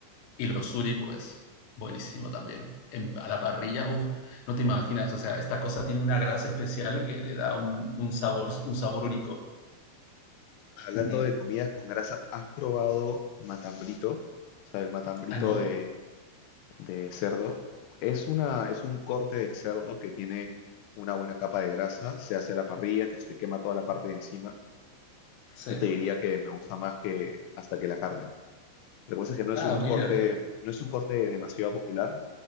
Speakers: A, on the left; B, on the left.
A: Y los suri, pues, buenísimo también. En, a la parrilla, uff, no te imaginas, o sea, esta cosa tiene una grasa especial que le da un, un sabor, un sabor único.
B: Hablando
A: Uh -huh.
B: de comidas con grasa, ¿has probado matambrito? O sea, el matambrito
A: Ah, no,
B: de, de cerdo. Es una, es un corte del cerdo que tiene una buena capa de grasa, se hace a la parrilla, entonces te quema toda la parte de encima.
A: sí.
B: Yo te diría que me gusta más que hasta que la carne. Lo que pasa es que no es
A: Ah,
B: un corte,
A: mira,
B: no es un corte demasiado popular,